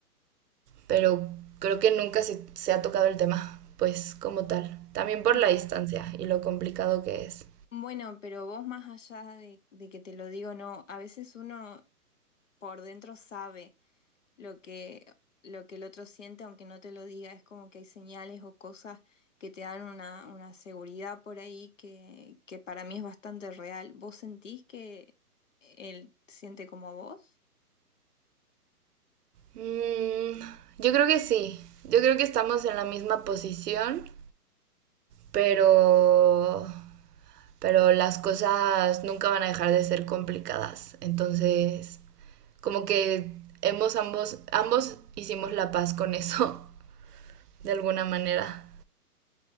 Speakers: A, on the right (about 80°); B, on the left (about 55°).
A: pero creo que nunca se, se ha tocado el tema, pues como tal. También por
B: Bu-
A: la distancia y lo complicado que es.
B: Bueno, pero vos más allá de, de que te lo digo, no, a veces uno por dentro sabe. lo que, lo que el otro siente, aunque no te lo diga, es como que hay señales o cosas que te dan una, una seguridad por ahí que, que para mí es bastante real. ¿Vos sentís que él siente como vos?
A: Mm, yo creo que sí. Yo creo que estamos en la misma posición, pero, pero las cosas nunca van a dejar de ser complicadas. Entonces, como que hemos ambos, ambos hicimos la paz con eso, <laughs> de alguna manera.